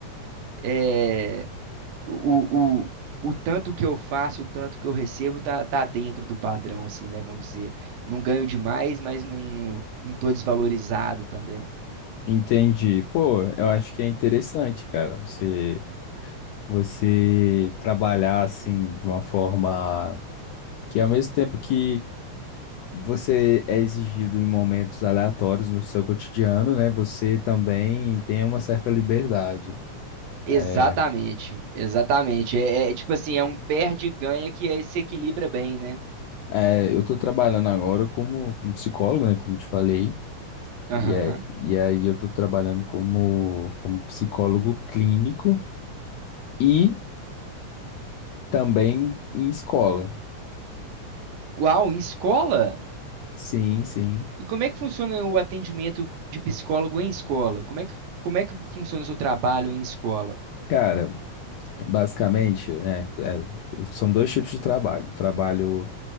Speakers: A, on the right; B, on the left.
A: é, o, o, o tanto que eu faço, o tanto que eu recebo, tá, tá dentro do padrão, assim, né? Vamos dizer. Não ganho demais, mas não, não tô desvalorizado também.
B: Entendi. Pô, eu acho que é interessante, cara, você você trabalhar assim de uma forma que ao mesmo tempo que você é exigido em momentos aleatórios no seu cotidiano, né? Você também tem uma certa liberdade.
A: Exatamente,
B: É,
A: exatamente. É, é tipo assim, é um perde e ganha que é- se equilibra bem, né?
B: É, eu estou trabalhando agora como, como psicólogo, né, como te falei,
A: Aham.
B: e, é, e aí eu estou trabalhando como, como psicólogo clínico e também em escola.
A: Uau, em escola?
B: Sim, sim.
A: E como é que funciona o atendimento de psicólogo em escola? Como é que, como é que funciona o seu trabalho em escola?
B: Cara, basicamente, né, é, são dois tipos de trabalho. Trabalho,